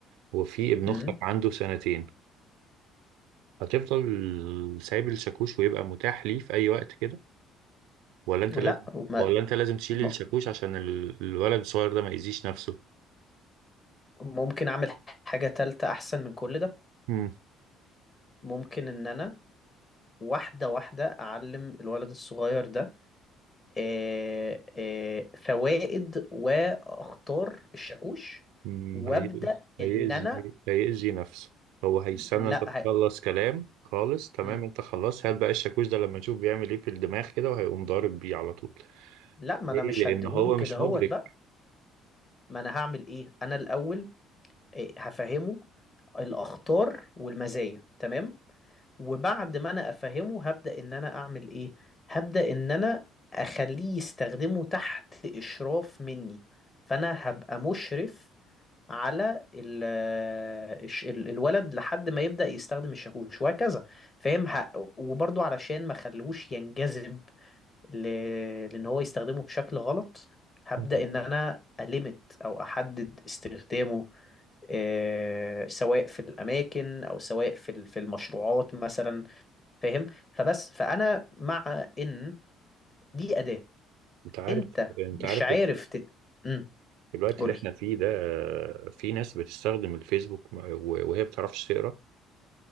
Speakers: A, on the right (about 75°); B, on the left (about 35°).
A: وفي ابن
B: مم.
A: اختك عنده سنتين هتفضل سايب الشاكوش ويبقى متاح ليه في اي وقت كده ولا انت
B: لا
A: لازم
B: وما
A: ولا انت لازم تشيل
B: م-
A: الشاكوش عشان ال- الولد الصغير ده ما يأذيش نفسه
B: ممكن اعمل حاجة تالتة احسن من كل ده
A: امم
B: ممكن ان انا واحدة واحدة اعلم الولد الصغير ده آه، آه، فوائد واخطار الشاكوش
A: أمم،
B: وابدأ
A: هي- هيأذي
B: ان انا
A: هيأذي نفسه هو هيستنى
B: لا
A: انت تخلص
B: ه...
A: كلام خالص تمام
B: مم.
A: انت خلاص هات بقى الشاكوش ده لما نشوف بيعمل ايه في الدماغ كده وهيقوم ضارب بيه على طول
B: لا ما انا
A: ليه
B: مش
A: لان
B: هديهوله
A: هو
B: كده
A: مش
B: هوت
A: مدرك
B: بقى ما انا هعمل ايه انا الاول إيه، هفهمه الاخطار والمزايا تمام وبعد ما انا افهمه هبدأ ان انا اعمل ايه هبدأ ان انا اخليه يستخدمه تحت اشراف مني فانا هبقى مشرف على ال الش- ال- الولد لحد ما يبدأ يستخدم الشاكوش وهكذا فاهم ه- وبرضو علشان ما خلوش ينجذب ل... لان هو يستخدمه بشكل غلط هبدأ
A: أمم.
B: ان انا أليمت او احدد استخدامه آه، سواء في الاماكن او سواء في ال- في المشروعات مثلا فاهم فبس فانا مع ان دي اداه
A: انت عارف
B: انت
A: انت
B: مش
A: عارف
B: عارف تت... امم
A: في الوقت
B: قول
A: اللي
B: لي
A: احنا فيه ده آه، في ناس بتستخدم الفيسبوك م- و- وهي بتعرفش تقرا